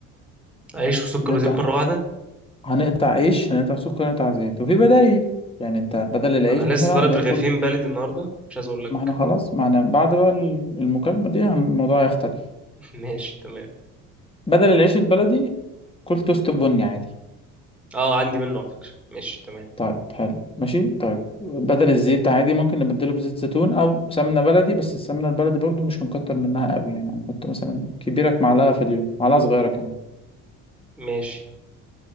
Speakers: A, in the centre; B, on the left.
A: عيش وسكر
B: هنقطع
A: وزيت مره واحده
B: هنقطع عيش هنقطع سكر هنقطع زيت وفي بدايل يعني انت بدل العيش
A: انا
B: مثلا
A: لسه ضارب
B: هتاكل
A: رغيفين بلدي النهارده مش عايز اقول لك
B: ما احنا خلاص ما احنا بعد بقى ال- المكالمة دي هن- الموضوع هيختلف
A: <laughs> ماشي تمام
B: بدل العيش البلدي كل توست بني عادي
A: اه عندي منه على فكره ماشي تمام
B: طيب حلو ماشي طيب بدل الزيت عادي ممكن نبدله بزيت زيتون او سمنة بلدي بس السمنة البلدي برضو مش هنكتر منها قوي يعني هنحط مثلا كبيرك معلقة في اليوم معلقة صغيرة كمان
A: ماشي